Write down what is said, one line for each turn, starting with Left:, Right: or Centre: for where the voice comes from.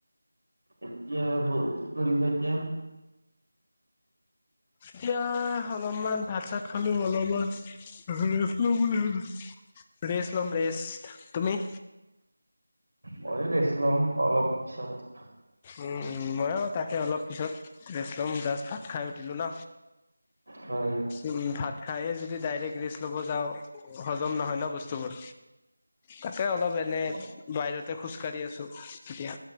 Right: এতিয়া বা কি কৰিবা এতিয়া?
Left: এতিয়া অলপমান ভাত চাত খালো, অলপমান ৰেষ্ট লও বুলি ভাবো। ৰেচ লম ৰেচ তুমি?
Right: ময়ো ৰেচ লম অলপ পিছত।
Left: উম উম ময়ো তাকে অলপ পিছত ৰেষ্ট ল'ম জাষ্ট ভাত খাই উঠিলোঁ ন
Right: হয়
Left: উম ভাত খায়ে যদি ডাইৰেক্ট ৰেষ্ট ল'ব যাওঁ হজম নহয় ন বস্তুবোৰ তাকে অলপ এনে
Right: অ
Left: বাহিৰতে খোজকাঢ়ি আছো এতিয়া